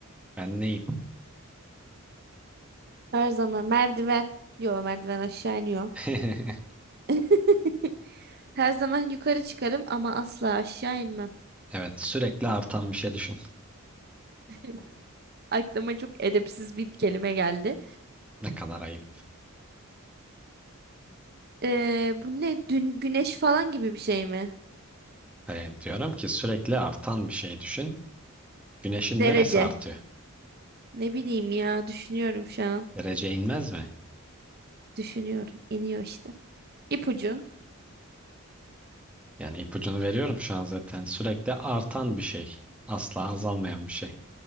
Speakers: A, in the centre; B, on the right.
A: Ben neyim?
B: Her zaman merdiven. Yo merdiven aşağı iniyor.
A: <laughs>
B: <laughs> Her zaman yukarı çıkarım ama asla aşağı inmem.
A: Evet, sürekli artan bir şey düşün.
B: <laughs> Aklıma çok edepsiz bir kelime geldi.
A: Ne kadar ayıp.
B: Ee, bu ne? Dün güneş falan gibi bir şey mi?
A: Ee, diyorum ki sürekli artan bir şey düşün. Güneşin
B: Derece.
A: neresi artıyor?
B: Ne bileyim ya düşünüyorum şu an.
A: Derece inmez mi?
B: Düşünüyorum. İniyor işte. İpucu.
A: Yani ipucunu veriyorum şu an zaten. Sürekli artan bir şey. Asla azalmayan bir şey.